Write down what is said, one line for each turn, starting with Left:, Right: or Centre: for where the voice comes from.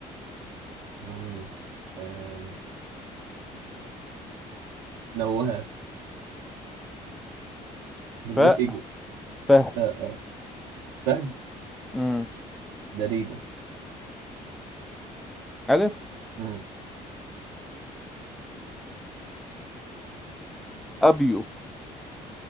Right: رامين أم... نواف نواف
Centre: فاء
Right: إيجي
Centre: فهد
Right: أه أه فهد
Centre: أمم.
Right: دليدة
Centre: ألف
Right: مم.
Centre: أبيو